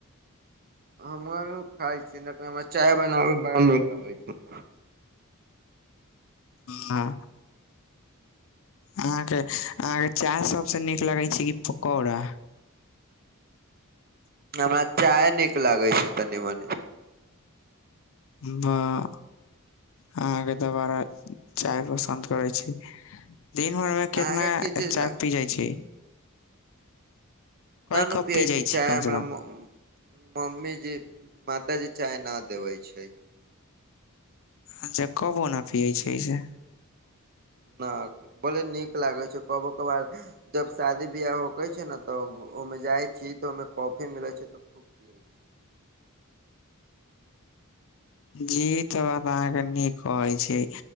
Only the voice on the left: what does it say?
हँ अहाँके अहाँके चाह सबसे नीक लगै छै कि पकौड़ा? ह <inaudible>
बां अहाँके तऽ बारा चाय पसन्द करै छी दिन भर मे
केतना
चाय
पी जाइ छीयै?
कप
पी जाइ
कम
से कम
अच्छा कबो न पियै छियै से
जी ई तऽ बात अहाँके नीक कहै छै